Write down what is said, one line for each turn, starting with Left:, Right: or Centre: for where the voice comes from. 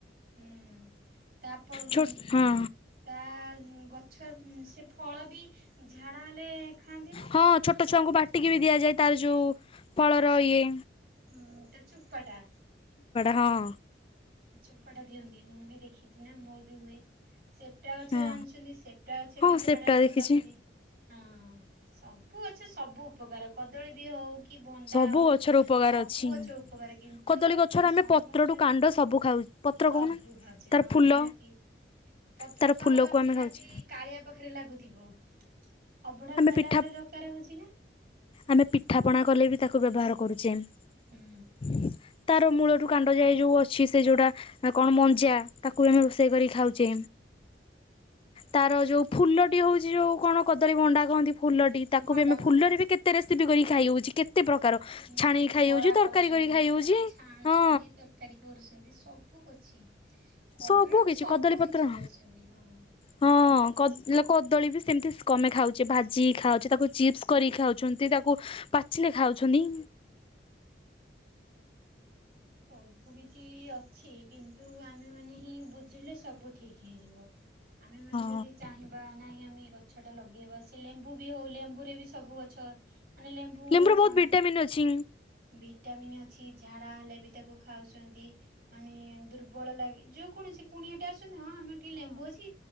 Right: ହୁଁ <unintelligible>
Left: ଛୋ ହଁ।
Right: ତା ଗଛ ସେ ଫଳ ବି ଝାଡ଼ା ହେଲେ ଖାଆନ୍ତି ନା
Left: ହଁ ଛୋଟ ଛୁଆଙ୍କୁ ବାଟିକି ବି ଦିଆଯାଏ, ତାର ଯୋଉ ଫଳର ଇଏ
Right: ହୁଁ, ତା ଚୋପାଟା।
Left: ହଁ
Right: ଚୋପା ଟା ଦିଅନ୍ତି ମୁଁ ବି ଦେଖିଛି, ନା ମୋର ବି ହୁଏ। ସେପଟା ଗଛ
Left: ହଁ
Right: ଜାଣିଛନ୍ତି ସେପଟା ଗ ସେ
Left: ହଁ
Right: ବି ଝାଡା
Left: ସେପ୍ଟା
Right: ଭଲ
Left: ଦେଖିଛି
Right: ହୁଏ। ହଁ ସବୁ ଗଛ ସବୁ ଉପକାର କଦଳୀ ବି ହଉ କି ଭଣ୍ଡା
Left: ସବୁ
Right: ହଉ,
Left: ଗଛର ଉପକାର
Right: ସବୁ
Left: ଅଛି।
Right: ଗଛ ଉପକାର କିନ୍ତୁ
Left: କଦଳୀ ଗଛର ଆମେ
Right: ସମସ୍ତେ
Left: ପତ୍ରଠୁ କାଣ୍ଡ ସବୁ ଖାଉ ପତ୍ର
Right: ସବୁ
Left: କହୁନ
Right: ଖାଉଛି
Left: ତାର
Right: ହଁ
Left: ଫୁଲ
Right: ନିହାତି ପତ୍ର
Left: ତାର
Right: ତ
Left: ଫୁଲକୁ
Right: ନିହାତି
Left: ଆମେ ଖାଉଛେ
Right: କାଳିଆ ପାଖରେ ଲାଗୁଥିବ। ଅଭଢା
Left: ଆମେ
Right: ଖାଇଲା
Left: ପିଠା
Right: ବେଳେ ଦରକାର ହଉଛି ନା
Left: ଆମେ ପିଠା ପଣା କଲେ ବି ତାକୁ ବ୍ୟବହାର କରୁଚେ।
Right: ହୁଁ
Left: <inaudible> ତାର ମୂଳରୁୁ କାଣ୍ଡ ଯାଏ ଯୋଉ ଅଛି, ସେ ଯୋଉଟା କଣ ମଞ୍ଜା ତାକୁ ଆମେ ରୋଷେ ରୋଷେଇ କରିକି ଖାଉଛେ ତାର ଯୋଉ ଫୁଲଟି ହେଉଛି ଯୋଉ କଣ କଦଳୀ ଭଣ୍ଡା କହନ୍ତି, ଫୁଲଟି ତାକୁ
Right: ଭଣ୍ଡା
Left: ବି ଆମେ
Right: ଭଣ୍ଡା
Left: ଫୁଲରେ ବି କେତେ ରେସିପି କରି ଖାଇ ହଉଛି କେତେ ପ୍ରକାର
Right: ହଁ ନିହାତି
Left: ଛାଣିକି ଖାଇ
Right: ବରା
Left: ହଉଛି ତରକାରୀ
Right: କରୁଛନ୍ତି,
Left: କରି ଖାଇ ହଉଛି
Right: ତାକୁ ଛାଣୁଛନ୍ତି
Left: ହଁ
Right: ତରକାରୀ କରୁଛନ୍ତି ସବୁ <unintelligible> କଦଳୀ
Left: ସବୁ
Right: ରୁ
Left: କିଛି
Right: ସବୁ
Left: କଦଳୀ ପତ୍ର
Right: କିଛି କରୁଛନ୍ତି ହଁ।
Left: ହଁ କଦ କଦଳୀ ବି ସେମିତି କମେ ଖାଉଛେ, ଭାଜିକି ଖାଉଛେ, ତାକୁ ଚିପ୍ସ କରିକି ଖାଉଛନ୍ତି ତାକୁ ପାଚିଲେ ଖାଉଛନ୍ତି।
Right: ସବୁ କିଛି ଅଛି କିନ୍ତୁ ଆମେ ମାନେ ହିଁ, ବୁଝିଲେ ସବୁ ଠିକ ହେଇଯିବ। ଆମେ ମାନେ
Left: ହଁ।
Right: ଯଦି ଚାହିଁବା ନାଇଁ ଆମେ ଗଛ ଟା ଲଗେଇବା ସେ ଲେମ୍ବୁ ବି ହଉ ଲେମ୍ବୁରେ ବି ସବୁ ଗଛ ମାନେ ଲେମ୍ବୁ
Left: ଲେମ୍ବୁରେ
Right: ର
Left: ବହୁତ
Right: କଣ
Left: ଭିଟାମିନ୍ ଅଛି
Right: ଭିଟାମିନ୍ ଅଛି, ଝାଡା ହେଲେ ବି ତାକୁ ଖାଉଛନ୍ତି ମାନେ ଦୁର୍ବଳ ଲାଗେ, ଯେକୌଣସି କୁଣିଆ ଟେ ଆସିଛନ୍ତି, ହଁ ଆମେ ଟିକେ ଲେମ୍ବୁ ଅଛି